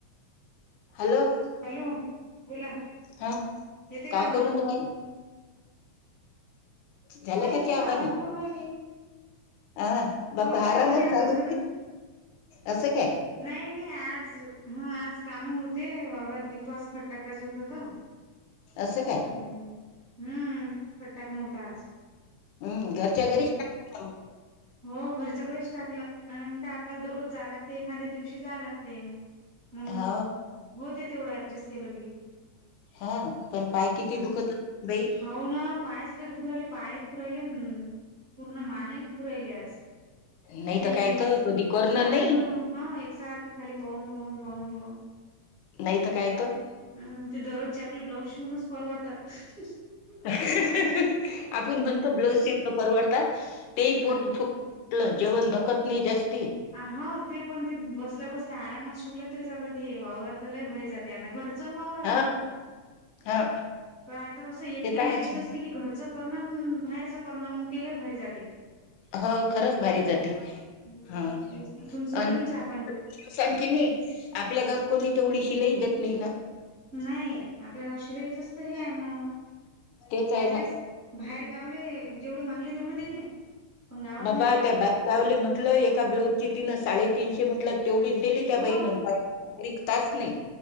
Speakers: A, on the left; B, on the right.
A: हॅलो
B: हॅलो बोला
A: हा
B: येते का
A: काय
B: आवाज
A: करून रायले. झाल
B: काही
A: का
B: नाही
A: छा
B: बा
A: पानी?
B: आराम करू राहिली
A: अ बापा
B: हो चहा
A: आरामच
B: पाणी आताच
A: चालूते
B: झालं
A: असं काय.
B: नाही नाही आज हा आज काम होते वावरात गेलतो आज खत टाकायच होत त.
A: असं काय
B: हम् हम्म खत टाकणार नव्हतो आज.
A: हम्म घरच्या घरीच का
B: हो घरच्या घरीच टाकलं काय आपल्याला दररोज जायला लागते एखाद्यां दिवशी जायला लागते मग
A: हा
B: होते तेवढं ऍडजस्ट केलं की.
A: हा पण पाय किती
B: हम्म
A: दुखत असतील बाई
B: हाव ना पाय च लं दुखतो पुरा पाय दुखुन रायलेन पूर्ण मान ही राहिली आज
A: नाही
B: ते
A: तर काय
B: एकस
A: तर कधी करणं
B: एकसारखं
A: नाही
B: हा खाली पाहुन पाहुन पळून पळून पळून
A: नाई तर काय? तर
B: हम्म, ते दररोजचे आपले ब्लाऊज शिवूनच परवडतात. <unintelligible>
A: <unintelligible> आपुण म्हणतो ब्लाऊज शिव परवडतात. ते
B: हम्
A: पोट फुटलं, जेवण धकत नाही जास्त
B: आ हां, ते पण ते बसल्या बसल्या आरामात शिवल्या तरी जातात. हे वावरात लई भारी जातेय, घरच न‌ वावरातलं
A: हा हा
B: पण आता कसं एकटी
A: ते तर आहेच
B: लेडीज असली की घरच करण बाहेरच करण मग ते लई भारी जातेय.
A: हो, खरंच भारी जात ते
B: हम्म
A: हा
B: तेच ना तुमचं झालं
A: अण
B: की चहा
A: <unintelligible>
B: पाणी
A: सांगते मी आप आपल्या घरात कोणी तेवढी शिलाई देत नाही ना.
B: नाही आपलं गाव शिलाईचं ते हे आहे मग.
A: तेच आहे
B: वाटलंस
A: ना
B: बाहेर गावले जेवढी मागली तेवढी देते. पण गावात
A: बाबा
B: नाही देत
A: त्या बाहेर गावले म्हटलं, एका ब्लाउजे तिनं साडेतीनशे म्हटलं. तेवढी दिली, त्या
B: हो
A: बाईन नंतर <unintelligible> नाही.